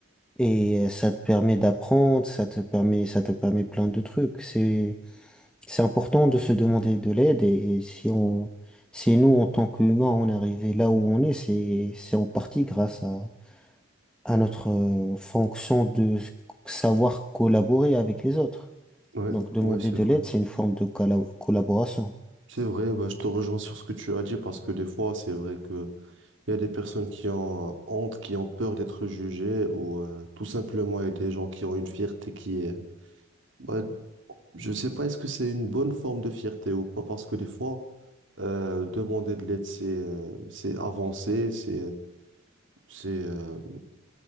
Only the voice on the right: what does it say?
Ouais,
ouais, c'est
vrai.
C'est vrai, bah, je te rejoins sur ce que tu as dit parce que des fois, c'est vrai que il y a des personnes qui ont honte, qui ont peur d'être jugées ou euh, tout simplement, il y a des gens qui ont une fierté qui est, bah, Je sais pas, est-ce que c'est une bonne forme de fierté ou pas, parce que des fois, euh, demander de l'aide, c'est euh, c'est avancer, c'est c'est euh,